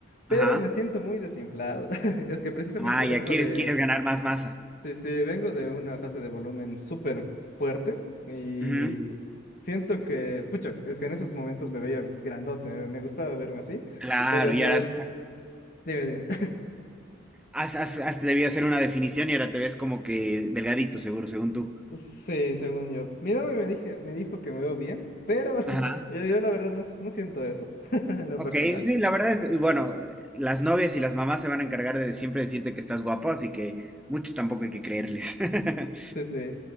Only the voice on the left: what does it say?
pero
me siento muy desinflado. <laughs> Es que precisamente
vengo
de,
Sí, sí, vengo de una fase de volumen súper fuerte y
siento que, pucha, es que en esos momentos me veía grandote, me, me gustaba verme así,
pero yo,
dime, dime. <laughs>
Sí, según yo. Mi novia me dije, me dijo que me veo bien, pero <laughs>
yo, yo la verdad no, no siento eso <laughs> en lo
personal.
Sí, sí.